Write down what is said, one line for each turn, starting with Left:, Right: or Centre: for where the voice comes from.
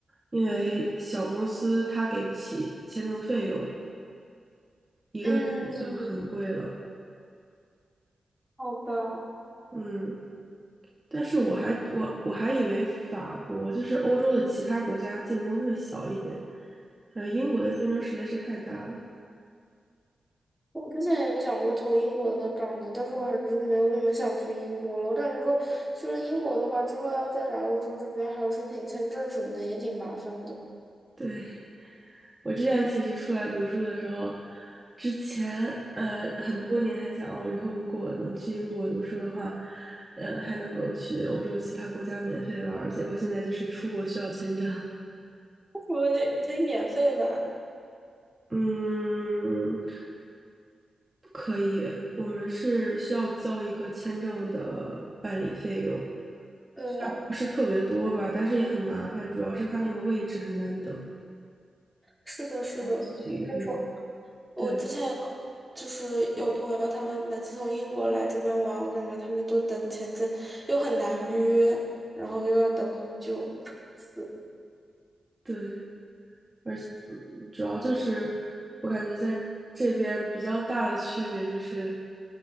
Right: 因为小公司它给不起签证费用，一个人就很贵了。
Centre: 嗯，好吧，
Right: 嗯，但是我还我我还以为法国就是欧洲的其他国家竞争会小一点，呃，英国的竞争实在是太大了。
Centre: 我之前也想过投英国的岗的，但是我还是没有那么想去英国了。我感觉说去了英国的话，之后要再来欧洲这边，还有申请签证什么的，也挺麻烦的。
Right: 对，我之前其实出来读书的时候，之前呃很多年还想，我以后如果能去英国读书的话，呃还能够去欧洲其他国家免费玩儿。结果现在就是出国需要签证，
Centre: <laughs> 我得，可以免费吧？
Right: <laughs> 嗯，嗯不可以，我们是需要交一个签证的办理费用，
Centre: 对呀，
Right: 虽然不是特别多吧，但是也很麻烦，主要是它那个位置很难等，
Centre: 是的，是的。
Right: 要去
Centre: 那种我之前有
Right: 对
Centre: 就是有朋友，他们每次从英国来这边玩，我感觉他们都等签证，又很难约，然后又要等很久。是，
Right: 对。而且主要就是我感觉在这边比较大的区别就是，